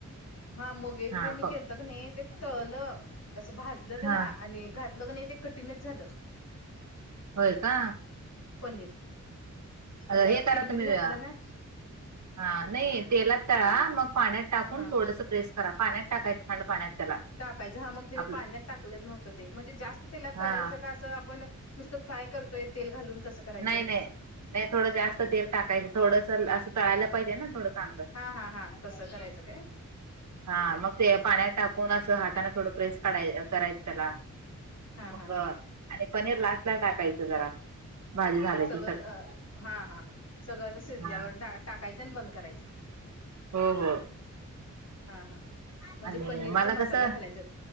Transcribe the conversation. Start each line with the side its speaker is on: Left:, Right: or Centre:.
Left: हा मगे एक
Right: हा
Left: बी मी
Right: फ
Left: केल नाही ते तळलं असं भाजलं त्याला
Right: हा
Left: आणि घातलं क नाही ते कठीणच झालं
Right: होय का
Left: पनीर असं
Right: हे करा
Left: किरवीत
Right: तुम्ही
Left: घातलं ना
Right: हा नाही तेलात तळा मग पाण्यात टाकून
Left: हा
Right: थोडंसं प्रेस करा पाण्यात टाकायच थंड पाण्यात त्याला
Left: टाकायचं हा मग तेही
Right: आपलं
Left: पाण्यात टाकलंच नव्हतं ते म्हणजे जास्त तिला
Right: हा
Left: तळायचं का असं आपण नुसत फ्राय करतोय तेल घालून तसं करायचं
Right: नाही नाही नाही थोडं जास्त तेल टाकायचं थोडस असं तळायला पाहिजे ना थोडं चांगलं
Left: हा हा हा तसं करायचं काय
Right: हा मग ते पाण्यात टाकून असं हाताान थोडं प्रेस काढायला करायचं त्याला
Left: हा
Right: मग
Left: हा हा
Right: आणि पनीर लास्ट ला टाकायचं जरा भाजी झालं
Left: सगळं
Right: की
Left: हा हा सगळं अस शिजल्यावर
Right: हा
Left: टाकायचं आणि बंद करायचं
Right: हो हो
Left: हा हा म्हणजे
Right: आणि
Left: पनीरचा
Right: मला
Left: मसाला
Right: कसं
Left: घालायचा